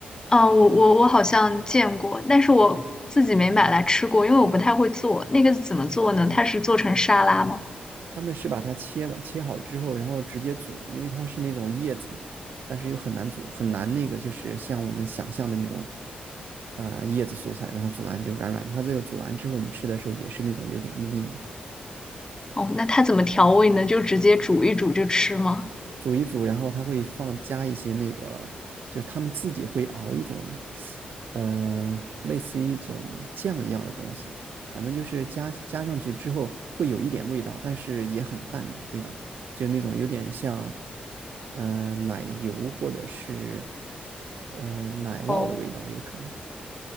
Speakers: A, on the left (about 20°); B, on the right (about 70°).
A: 哦，我我我好像见过，但是我自己没买来吃过，因为我不太会做。那个怎么做呢？它是做成沙拉吗？
B: 他们是把它切完切好之后，然后直接煮，因为它是那种叶子，但是又很难煮，很难那个就是像我们想象的那种，呃，叶子蔬菜，然后煮完就软软的。它这个煮完之后，你吃的时候也是那种有点硬硬的。
A: 哦，那它怎么调味呢？就直接煮一煮就吃吗？
B: 煮一煮，然后它会放加一些那个，就是他们自己会熬一种，呃，类似于一种酱一样的东西，反正就是加加上去之后会有一点味道，但是也很淡的味道，就是那种有点像，呃，奶油或者是呃奶酪的味道，
A: 哦，
B: 有可能。